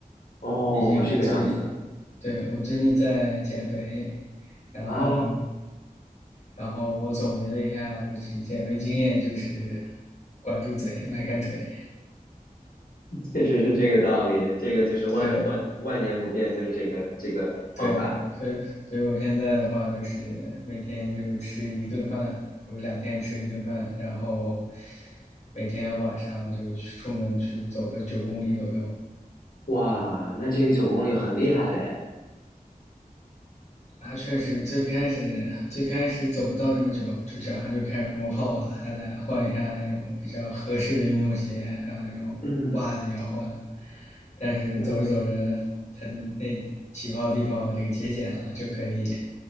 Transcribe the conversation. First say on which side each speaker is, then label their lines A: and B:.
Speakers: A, on the left; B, on the left.
A: 哦，
B: 毕竟我最近，
A: 这个样子
B: 对，我最近在减肥，然后，
A: 啊，
B: 然后我总结了一下，就是减肥经验就是管住嘴，迈开腿。
A: 确实是这个道理，这个就是万万万年不变，
B: 对，
A: 就是这个这个方法。
B: 对，所以，所以我现在的话就是每天就吃一顿饭，或者两天吃一顿饭，然后每天晚上就去出门去走个九公里左右。
A: 哇，那这个九公里很厉害嘞。
B: 啊，确实，最开始最开始走不到这么久，就脚上就开始磨泡了，还得换一下那种比较合适的运动鞋，还有那种袜子也要换。
A: 嗯
B: 但是走着走着，
A: 嗯，
B: 他那那起泡地方这个节俭了，就可以